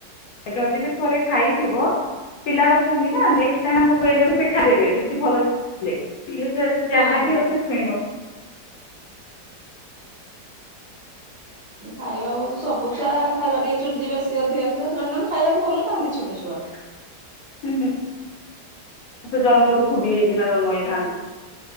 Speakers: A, on the left; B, on the right.
A: ଆ ଯଦି ବି ଥରେ ଖାଇଥିବ ପିଲା ଅଛନ୍ତି ନା ନେକ୍ସ କହିଲେ ସେ ଖାଇଦେବେ ଯେି ଭଲ ଯଲେ
B: ହଁ।
A: ଚାହା ବି ଆଉ ସେ ଛୁଇଁବ
B: ଖାଇବାକୁ ସବୁଛ ଖାଇବା ଟିକେ ଚୁଜି ବେଶୀ ଅଧିକାଂଶ ଜଣେ ଜଣ ଖାଇବାକୁ ଭଲ ପାଆନ୍ତି ଛୋଟ ଛୁଆ।
A: ହୁ ସେ ଜନ୍ମରୁ ଖୁବ ହେଇକିନା ଜନ୍ମ ହେଇଥାନ୍ତି।